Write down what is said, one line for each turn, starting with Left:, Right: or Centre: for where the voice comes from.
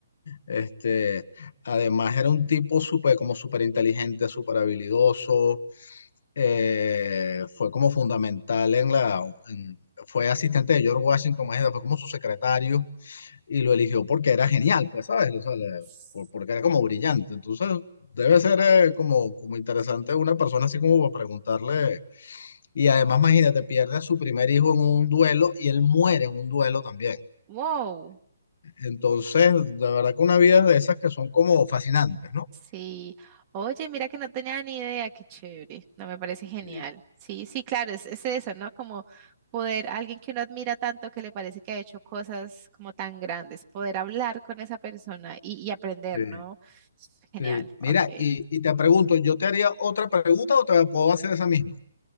Left: Este, además era un tipo súper, como súper inteligente, súper habilidoso, eh, fue como fundamental en la, en- fue asistente de George Washington, imagínate, fue como su secretario y lo eligió porque era genial, pues, ¿sabes? O sea, le-
Right: s-
Left: por- porque era como brillante, entonces debe ser eh, como, como interesante una persona así como para preguntarle, y además imagínate, pierde a su primer hijo en un duelo y él muere en un duelo también.
Right: Wow.
Left: Entonces, la verdad que una vida de esas que son como fascinantes, ¿no?
Right: Sí. Oye, mira que no tenía ni idea, qué chévere. No, me parece genial.
Left: Sí.
Right: Sí, sí, claro, es, es eso, ¿no? Como poder, alguien que uno admira tanto que le parece que ha hecho cosas como tan grandes, poder hablar con esa persona y, y aprender,
Left: Sí.
Right: ¿no? Es Genial,
Left: Sí.
Right: ok.
Left: Mira, y, y te pregunto, ¿yo te haría otra pregunta o te puedo hacer esa misma?